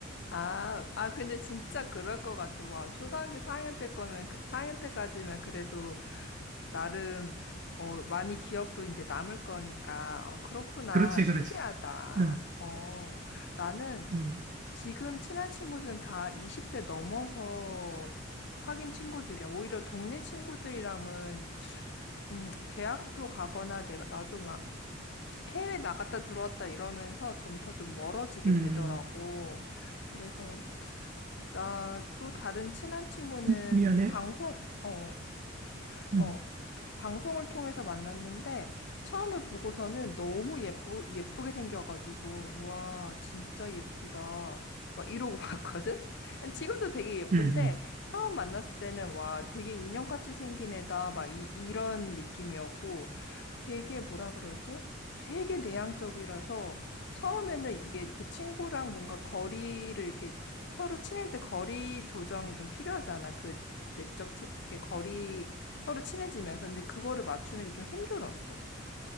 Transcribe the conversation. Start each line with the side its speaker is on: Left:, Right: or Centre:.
Left: 아, 아, 근데 진짜 그럴 것 같아. 와, 초등학교 4학년 때 거면, 그, 4학년 때까지면 그래도 나름 어, 많이 기억도 이제 남을 거니까 어, 그렇구나.
Right: 그렇지,
Left: 신기하다.
Right: 그렇지. 응,
Left: 어, 나는
Right: 응.
Left: 지금 친한 친구들은 다 20대 넘어서 사귄 친구들이야. 오히려 동네 친구들이랑은 음, 대학교 가거나 내가 나도 막 해외 나갔다 들어왔다 이러면서 점차 좀 멀어지게
Right: 음,
Left: 되더라고. 그래서 나 또 다른 친한 친구는
Right: 미안해.
Left: 방송 어
Right: 음,
Left: 어, 방송을 통해서 만났는데 처음에 보고서는 너무 예쁘, 예쁘게 생겨가지고 와, 진짜 예쁘다. 막 이러고 <laughs> 봤거든? 지금도 되게 예쁜데
Right: 음,
Left: 처음 만났을 때는 와, 되게 인형같이 생긴 애다. 막 이, 이런 느낌이었고 되게 뭐라 그러지? 되게 내향적이라서 처음에는 이게 그 친구랑 뭔가 거리를 이렇게 서로 친할 때 거리 조정이 좀 필요하잖아. 그 내적 친, 이렇게 거리 서로 친해지면서. 근데 그거를 맞추는 게 좀 힘들었어.